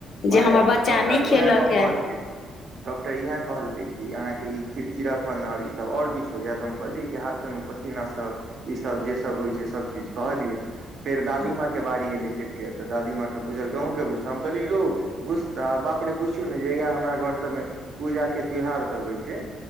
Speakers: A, on the right; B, on the left.
A: माया
B: जे हमर बच्चा
A: तऽ डॉक्टर
B: नय
A: उएह
B: खेलक
A: गप कहलकै
B: ए
A: डॉक्टर इएह कहलकै कि अहाँके ई चिड़चिड़ापन आर ई सब आओर किछु होइया तऽहम कहलियै कि हाथ मे पसीना सब ई सब जे सब होइ छैय सभ चीज कहलिय फेर दादीमां
B: ह
A: के बारी एलै चेक के तऽ दादीमाां के पुछलखिन अहुं के गुस्सा हम कहलिअनि यौ गुस्सा बाप रे पुछियौ नै जहिया हमरा घर सबमे पूजा के त्योहार सब जै होइ छै